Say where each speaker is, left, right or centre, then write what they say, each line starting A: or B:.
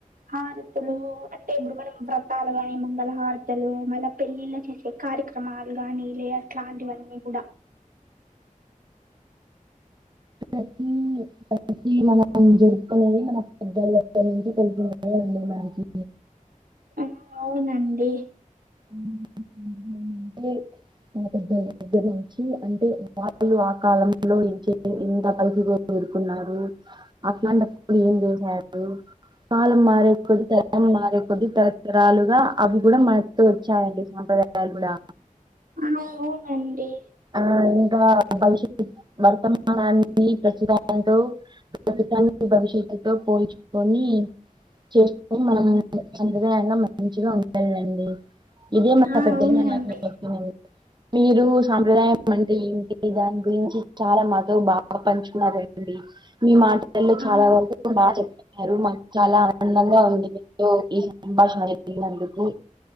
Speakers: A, on the right; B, on the right.
A: హారతలు అంటే ఇప్పుడు మనం వ్రతాలు గాని, మంగళహారతలు మళ్ళ పెళ్ళిళ్లో చేసే కార్యక్రమాలు గానీ లే అట్లాంటివన్నీ గూడ
B: అది మన నం జరుపుకునేది మన పెద్దల దగ్గర నుంచి తెలిసినాయండి మనకి.
A: ఆ అవునండి.
B: అంటే మన పెద్దల దగ్గర నుంచి అంటే వాళ్ళు ఆ కాలంలో ఇంచే ఇంత పరిథి గో గోరుకున్నారు అట్లాంటప్పుడు ఏం చేసాడు? కాలం మారే కొద్ది, తరం మారే కొద్ది, తరతరాలుగా అవి గుడ మన్ తో వచ్చాయండి సాంప్రదాయాలు గుడా
A: ఆ అవునండి
B: ఆ ఇంకా భవిష్యత్ వర్తమానాన్ని ప్రస్తుతాంతో ప్రస్తుతాన్ని భవిష్యత్తుతో పోల్చుకొని చేస్ కొని మనం సాంప్రదాయంగా మంచిగా ఉండండండి ఇదే మన
A: ఆ
B: పెద్దలు
A: అవునండి
B: మనకి చెప్పిందండి మీరు సాంప్రదాయం అంటే ఏంటి, దాని గురించి చాలా మాతో బా గ పంచుకున్నారండి, మీ మాటలు
A: మీ
B: చాలా వరకు బా చెప్తున్నారు, మాకు చాలా ఆనందం ఉంది మీకు ఈ సంభాషణ జరిగినందుకు.